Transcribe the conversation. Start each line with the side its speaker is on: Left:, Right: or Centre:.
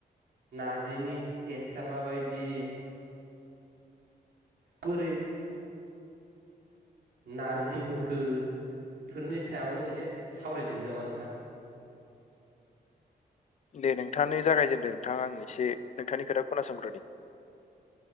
Right: नारजिनि टेस्टआ माबायदि बरै नारजिम होखो बेफोरनि सायावनो एसे सावरायदिनो नामा नोंथां
Left: दे नोंथाङानो जागायजेनदो नोंथाङा आं एसे नोंथांनि खोथा खोनासंग्रो द